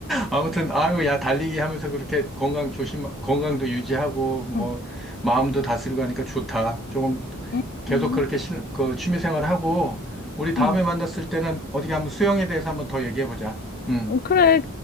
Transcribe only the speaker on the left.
응,
응,
응.
응.
어, 그래,